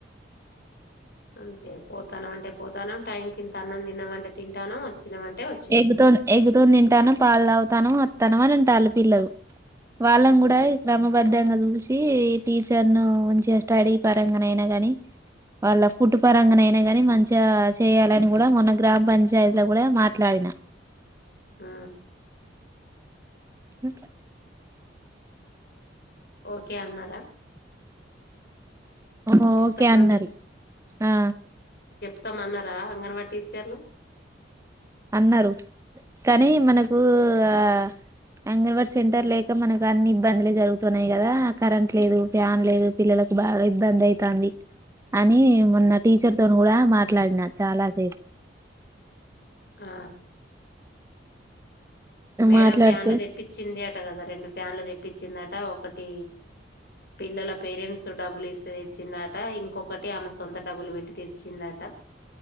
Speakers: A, on the left (about 60°); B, on the right (about 15°).
A: అంతే పోతాను అంటే పోతాను టైం కింత అన్నం తినమంటే తింటాను వచ్చినామంటే వచ్చిన
B: ఎగ్తో ఎగ్తో ను తింటాను పా అలా అవుతాను అతాను అని అంటారు. పిల్లలు వాళ్ళం
A: ఉమ్
B: కూడా క్రమబద్ధంగా చూసి టీచర్ ను ఉంచి స్టడీ పరంగానయినా గాని వాళ్ళ ఫుడ్ పరంగా అయినా గాని మంచి చేయాలని కూడా మొన్న గ్రామ పంచాయతీ లో కూడా మట్ లాయినా
A: ఆ
B: ఆ
A: ఓకే అన్నారా
B: ఆ
A: ఇప్పటి
B: ఓకే అన్నారు
A: నుండి
B: ఆ
A: స్తాం అన్నారా అంగన్వాడి టీచర్లు
B: అన్నారు కానీ మనకు ఆ అంగన్వాడి సెంటర్ లేక మనకు అన్ని ఇబ్బందులే జరుగుతున్నాయి. కదా కరెంట్ లేదు ఫ్యాన్ లేదు పిల్లలకు బాగా ఇబ్బంది అయితంది. అని మొన్న టీచర్తో కూడా మాట్లాడిన చాలాసేపు.
A: ఆ మేడం
B: మాట్లాడితే
A: ఫ్యాన్లు తెప్పించింది అ కదా రెండు ఫ్యాన్లు తెప్పించిందట. ఒకటి పిల్లల పేరెంట్స్ డబ్బులు ఇస్తే తెచ్చిందట. ఇంకొకటి ఆమె సొంత డబ్బులు పెట్టి తెచ్చిందట.